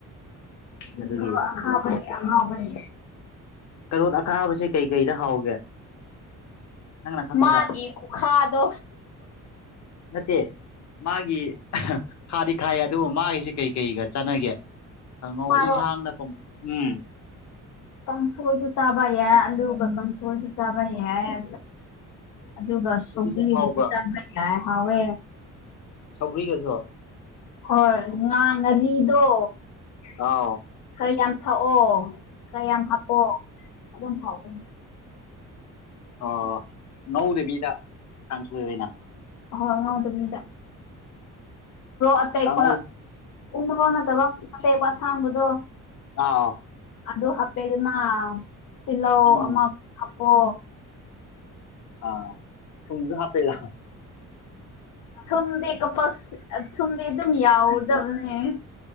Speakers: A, on the left; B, on the left.
A: <unintelligible>
B: ꯑꯗꯨꯒꯤ
A: ꯍꯕꯅꯤ
B: ꯀꯔꯣꯠ ꯑꯈꯥꯕꯁꯦ ꯀꯩꯀꯩꯗ ꯍꯥꯎꯒꯦ ꯅꯪꯅ ꯈꯪꯕꯗ
A: ꯃꯥꯒꯤ ꯈꯨꯈꯥꯗꯣ
B: ꯅꯠꯇꯦ ꯃꯥꯒꯤ ꯈꯥꯗꯤ ꯈꯥꯏꯌꯦ ꯑꯗꯨ ꯃꯥꯒꯤꯁꯤ ꯀꯩ ꯀꯩꯒ ꯆꯠꯅꯒꯦ ꯀꯅ
A: ꯃꯥꯔꯣ
B: ꯏꯖꯍꯥꯟꯗꯀꯣ ꯎꯝ
A: ꯀꯥꯡꯁꯣꯏꯁꯨ ꯆꯥꯕ ꯌꯥꯏ ꯑꯗꯨꯒ ꯀꯥꯡꯁꯣꯔꯁꯨ ꯆꯥꯕ ꯌꯥꯏ ꯑ ꯑꯗꯨꯒ ꯁꯧꯒ꯭ꯔꯤꯒꯁꯨ
B: ꯑꯗꯨꯁꯨ ꯍꯥꯎꯕ꯭ꯔꯥ
A: ꯆꯥꯕ ꯌꯥꯏ ꯍꯥꯎꯋꯦ
B: ꯁꯑꯧꯒ꯭ꯀꯁꯨ
A: ꯍꯣꯏ ꯉꯥ ꯉꯔꯤꯗꯣ
B: ꯑꯥꯎ
A: ꯈꯔ ꯌꯥꯝ ꯊꯥꯛꯑꯣ ꯈꯔ ꯌꯥꯝ ꯍꯥꯞꯄꯣ ꯑꯗꯨꯝ ꯐꯥꯎꯕꯅꯦ
B: ꯑ ꯅꯧꯗꯕꯤꯗ ꯀꯥꯡꯁꯣꯏ ꯑꯣꯏꯅ
A: ꯍ ꯉꯥꯎ ꯑꯗꯨ ꯃꯤꯗ ꯑꯇꯩ
B: ꯀꯥꯡꯉꯧ
A: ꯎꯅꯠꯇꯕ ꯀꯩꯕ ꯁꯥꯡꯥꯟꯕꯗꯣ
B: ꯑꯥ
A: ꯑꯗꯨ ꯍꯥꯄꯦꯗꯨ ꯃꯥ ꯄꯤꯂꯧ
B: ꯎꯝ
A: ꯑꯄꯣ
B: ꯑꯥ ꯊꯁꯨ ꯍꯥꯄꯦꯔ
A: ꯊꯨꯝꯗꯦ ꯀ ꯊꯨꯝꯗꯤꯦ ꯑꯗꯨꯝ ꯌꯥꯎꯗꯕꯅꯦ